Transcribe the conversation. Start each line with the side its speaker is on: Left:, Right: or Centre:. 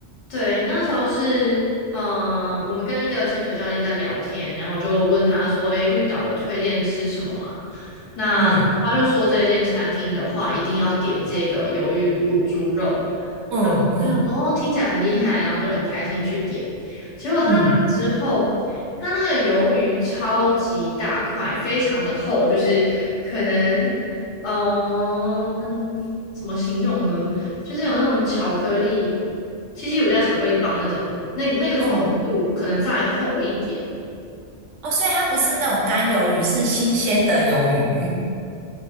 Left: 对，那时候是，嗯、我们跟一个潜水教练在聊天，然后就问他说：“诶，绿岛有推荐吃什么啊？”那他就说这间餐厅的话，
Right: 嗯
Left: 一定要点这个鱿鱼卤猪肉。
Right: 嗯嗯
Left: 然后就想说，哦，听起来很厉害，然后就很开心的去点。结果他来之后，
Right: 嗯
Left: 他那个鱿鱼超级大块，非常的厚，就是可能，嗯、那怎么形容呢？就是有那种巧克力，七七乳加巧克力棒那种，那个那个厚度可能再厚一点。
Right: 嗯，哦，所以它不是那种干鱿鱼，是新鲜的鱿鱼。